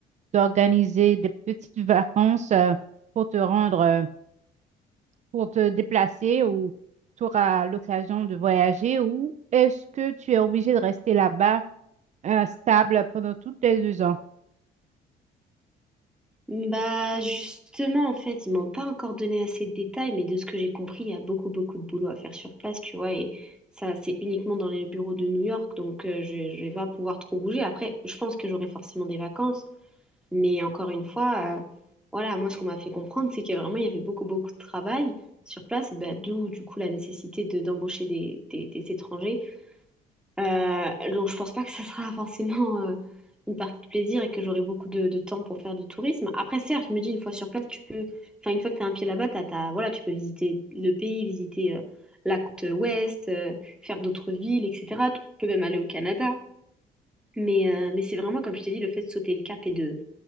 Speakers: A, on the right (about 45°); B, in the centre.
A: d'organiser des petites vacances euh, pour te rendre, euh, pour te déplacer ou tu auras l'occasion de voyager ou est-ce que tu es obligé de rester là-bas? euh, stable pendant toutes les deux ans.
B: Bah, justement, en fait, ils m'ont pas encore donné assez de détails, mais de ce que j'ai compris, il y a beaucoup, beaucoup de boulot à faire sur place, tu vois, et ça, c'est uniquement dans les bureaux de New York, donc euh, je, je vais pas pouvoir trop bouger. Après, je pense que j'aurai forcément des vacances, mais encore une fois, euh, voilà, moi, ce qu'on m'a fait comprendre, c'est qu'il y a vraiment, il y avait beaucoup, beaucoup de travail sur place, et bah, d'où, du coup, la nécessité de, d'embaucher des, des des étrangers Euh, donc je pense pas que ça sera <laughs> forcément euh, une partie de plaisir et que j'aurai beaucoup de, de temps pour faire du tourisme. Après, certes, je me dis une fois sur place, tu peux, enfin une fois que tu as un pied là-bas, t'as, t'as- voilà, tu peux visiter le pays, visiter euh, la côte ouest, euh, faire d'autres villes, etc. Tu peux même aller au Canada. Mais, euh, mais c'est vraiment, comme je t'ai dit, le fait de sauter le cap et de,